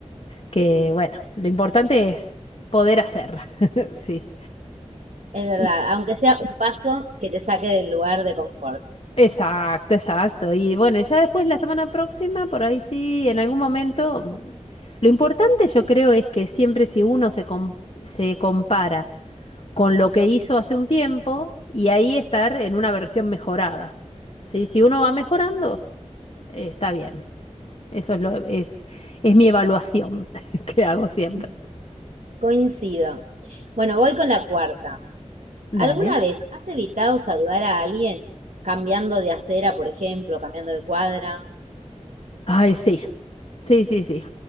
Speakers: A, on the left; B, on the right.
A: que bueno, lo importante es poder hacer. <laughs> Sí.
B: Es verdad,
A: ¿Y,
B: aunque sea un paso que te saque del lugar de confort.
A: Exacto, exacto. Y bueno, ya después la semana próxima, por ahí sí, en algún momento. mm, Lo importante yo creo es que siempre si uno se, com- se compara con lo que hizo hace un tiempo y ahí estar en una versión mejorada. ¿Sí? Si uno va mejorando, eh, está bien. Eso es lo, es, es mi evaluación <laughs> que hago siempre.
B: Ujú. Coincido. Bueno, voy con la cuarta.
A: Dale.
B: ¿Alguna vez has evitado saludar a alguien cambiando de acera, por ejemplo, cambiando de cuadra?
A: Ay, sí, sí, sí, sí.